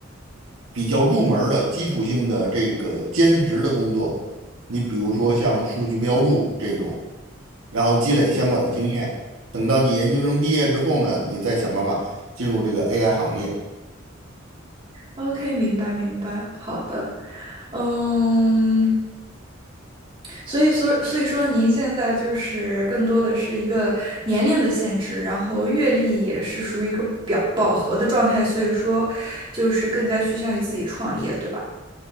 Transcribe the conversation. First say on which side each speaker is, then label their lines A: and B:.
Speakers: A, on the right (about 85°); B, on the right (about 25°).
A: 比较入门儿的基础性的这个兼职的工作，你比如说像数据标注这种，然后积累相关的经验，等到你研究生毕业之后呢，你再想办法进入这个 AI 行业。
B: ，OK，明白明白，好的，嗯，所以说所以说您现在就是更多的是一个年龄的限制，然后阅历也是属于一个表饱和的状态，所以说就是更加趋向于自己创业，对吧？